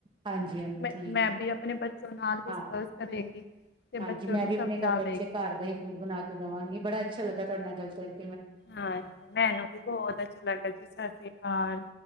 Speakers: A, on the right; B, on the left.
A: ਹਾਂਜੀ ਹਾਂਜੀ
B: ਮ
A: ਠੀਕ
B: ਮੈਂ ਵੀ ਆਪਣੇ ਬੱਚੋਂ ਨਾਲ ਡਿਸਕਸ
A: ਹਾਂ
B: ਕਰੇਗੀ। ਤੇ
A: ਹਾਂਜੀ
B: ਬੱਚੋਂ
A: ਮੈਂ
B: ਨੂੰ
A: ਵੀ ਆਪਣੇ
B: ਸਮਝਾਵੇਗੀ
A: ਬੱਚੇ ਘਰ ਦਾ ਹੀ ਫੂਡ ਬਣਾ ਕੇ ਦੇਵਾਂਗੀ ਬੜਾ ਅੱਛਾ ਲੱਗਾ ਤੁਹਾਡੇ ਨਾਲ ਗਲ ਕਰ
B: ਹਾਂਜੀ, ਮੈਨੂੰ ਵੀ ਬਹੁਤ ਅੱਛਾ ਲੱਗਾ ਜੀ, ਸਤਿ ਸ੍ਰੀ ਅਕਾਲ।